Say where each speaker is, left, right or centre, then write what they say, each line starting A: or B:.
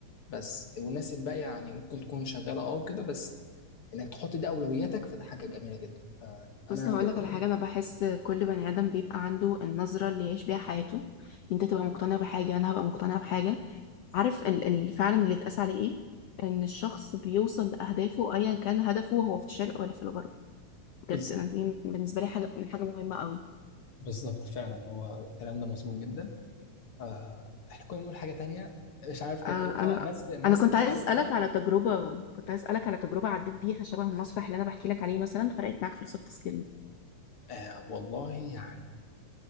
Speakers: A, on the left; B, on the left.
A: بس والناس الباقيه يعني ممكن تكون شغاله اه وكده بس انك تحط دي اولوياتك فده حاجه جميله جدا فانا
B: بص هقول
A: دي الحاجة-
B: لك على حاجه انا بحس كل بني ادم بيبقى عنده النظره اللي يعيش بيها حياته انت تبقى مقتنع بحاجه انا هبقى مقتنع بحاجه عارف ال ال فعلا اللي اتقاس عليه ايه ان الشخص بيوصل لاهدافه ايا كان هدفه هو في الشرق ولا في الغرب
A: بالظبط
B: بجد انا دي بالنسبه لي حاجه من حاجه مهمه قوي
A: بالظبط فعلا هو الكلام ده مظبوط جدا آه احنا كنا بنقول حاجة تانية مش عارف كانت
B: آه
A: ايه
B: انا
A: اه بس الناس
B: انا كنت
A: اللي
B: عايز
A: انا
B: اسالك
A: قابلتها
B: على تجربه كنت عايز اسالك على تجربه عديت بيها شبه المسرح اللي انا بحكي لك عليه مثلا فرقت معاك في السوفت سكيلز
A: آه والله يعني